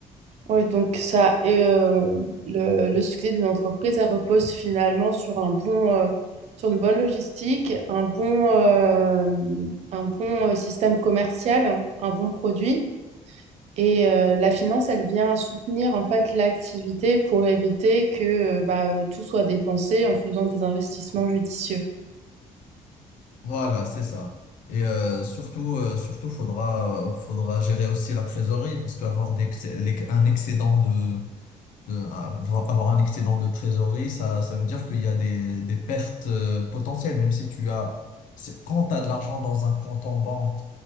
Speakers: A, on the right; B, on the left.
A: Ouais, donc ça, et, euh, le, le succès d'une entreprise, elle repose finalement sur un bon, euh, sur une bonne logistique, un bon, euh, un bon euh, système commercial, un bon produit. Et euh, la finance, elle vient soutenir en fait l'activité pour éviter que euh, bah, euh, tout soit dépensé en faisant des investissements judicieux.
B: Voilà, c'est ça. Et euh, surtout, euh, surtout, faudra, faudra gérer aussi la trésorerie parce qu'avoir des, excès- les- un excédent de euh, avoir avoir un excédent de trésorerie, ça, ça veut dire qu'il y a des, des pertes euh, potentielles, même si tu as, c'est- quand tu as de l'argent dans un compte en banque,